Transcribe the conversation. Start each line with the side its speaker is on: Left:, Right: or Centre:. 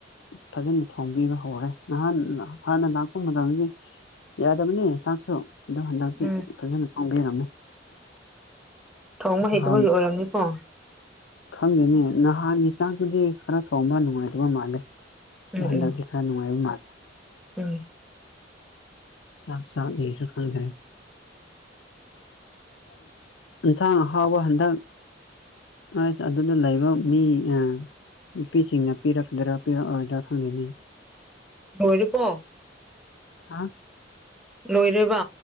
Left: ꯐꯖꯅ ꯊꯣꯡꯕꯤꯕ ꯍꯧꯔꯦ ꯅꯍꯥꯟ ꯍꯥꯟꯅ ꯂꯥꯛꯄ ꯃꯇꯝꯗ ꯌꯥꯗꯕꯅꯤ ꯆꯥꯛꯁꯨ ꯑꯗꯨꯣ ꯍꯟꯗꯛꯇꯤ
Centre: ꯎꯝ
Left: ꯐꯖꯅ ꯈꯪꯕꯤꯔꯝꯃꯦ
Centre: ꯊꯣꯡꯕ ꯍꯩꯇꯕꯒꯤ
Left: ꯍꯥꯎꯅ
Centre: ꯑꯣꯏꯔꯝꯅꯤꯀꯣ
Left: ꯈꯪꯗꯦꯅꯦ ꯅꯍꯥꯟꯒꯤ ꯆꯥꯡꯗꯨꯗꯤ ꯈꯔ ꯊꯣꯡꯕ ꯅꯨꯡꯉꯥꯏꯇꯕ ꯃꯥꯜꯂꯦ
Centre: ꯎꯝ
Left: ꯥꯟꯗꯛꯀꯤꯀꯥ
Centre: ꯎꯝ
Left: ꯅꯨꯡꯉꯥꯏꯕ ꯃꯥꯜꯂꯦ
Centre: ꯎꯝ
Left: ꯆꯞ ꯆꯁꯨ ꯈꯪ ꯐꯔꯦ ꯌꯦꯟꯁꯥꯡ ꯑꯍꯥꯎꯕ ꯍꯟꯗꯛ ꯍꯣꯏ ꯑꯗꯨꯗ ꯂꯩꯕ ꯃꯤ ꯑ ꯅꯨꯄꯤꯁꯤꯡꯅ ꯄꯤꯔꯛꯀꯗ꯭ꯔꯥ ꯄꯤꯔꯛꯑꯣꯣꯏꯗ꯭ꯔꯥ ꯈꯪꯗꯅꯤꯩ
Centre: ꯃꯣꯏꯔ ꯀꯣ
Left: ꯍꯥ
Centre: ꯂꯣꯏꯔꯤꯕ